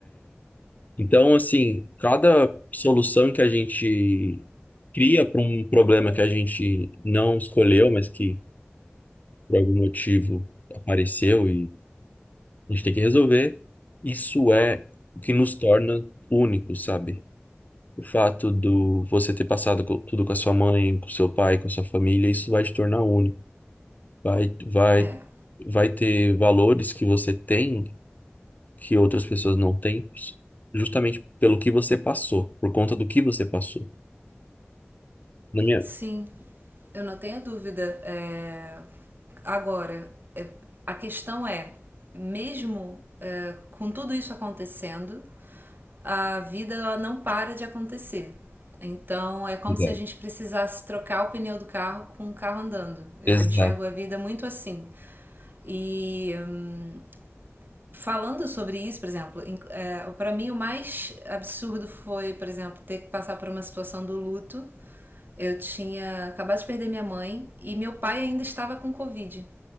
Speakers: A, on the left; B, on the right.
A: Então, assim, cada solução que a gente cria para um problema que a gente não escolheu, mas que por algum motivo apareceu A gente tem que resolver. Isso é o que nos torna únicos, sabe? O fato do você ter passado co- tudo com a sua mãe, com seu pai, com a sua família, isso vai te tornar único. Vai, vai,
B: é.
A: vai ter valores que você tem que outras pessoas não têm, justamente pelo que você passou, por conta do que você passou. Na minha...
B: Sim, eu não tenho dúvida. É, Agora, é, a questão é: mesmo é, com tudo isso acontecendo, a vida ela não para de acontecer. Então é como
A: Exato.
B: se a gente precisasse trocar o pneu do carro com o carro andando. Eu
A: Exato.
B: enxergo a vida muito assim. E hum, falando sobre isso, por exemplo, é, para mim o mais absurdo foi, por exemplo, ter que passar por uma situação do luto. Eu tinha acabado de perder minha mãe e meu pai ainda estava com Covid.